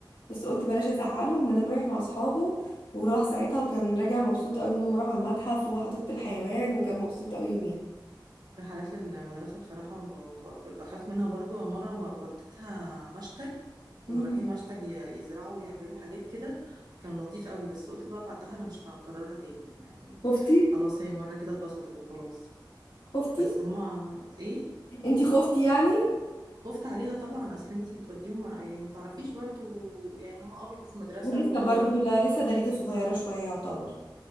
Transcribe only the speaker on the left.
بس قلت بلاش ازعله ما انا رايح مع اصحابه وراح ساعتها وكان راجع مبسوط قوي ان هم راحوا المتحف وحديقه الحيوان وكان مبسوط قوي يوميها
مم.
خفتي
خفتي
انتي خفتي يعني
ولسه
برضو لا لسه دليده صغيره شويه يعتبر